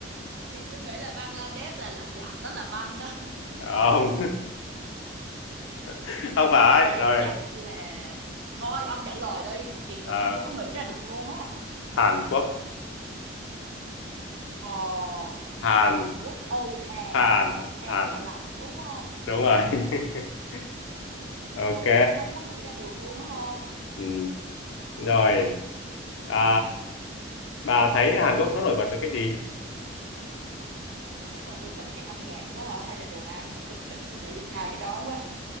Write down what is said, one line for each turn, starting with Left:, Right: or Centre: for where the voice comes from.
Right: thì tôi nghĩ là Bangladesh là lạnh lạnh đó là băng đó
Left: không <laughs> không phải
Right: vậy
Left: rồi
Right: chắc là thôi ông trả lời đi thiệt
Left: Ờ,
Right: là tôi không có nghĩ ra được luôn á
Left: Hàn Quốc
Right: Ờ,
Left: Hàn
Right: Hàn Quốc. Ừ, Hàn
Left: Hàn
Right: ha. Hàn
Left: Hàn
Right: là lạnh đúng không?
Left: đúng rồi <laughs> ok
Right: Ừ, tôi không có nghĩ ra được luôn á ha.
Left: ừ. rồi à, bà thấy Hàn Quốc nó nổi bật với cái gì
Right: Chắc là tôi nghĩ chắc âm nhạc quá hả? Hay là đồ ăn nữa. Chắc tôi nghĩ được hai cái đó quá.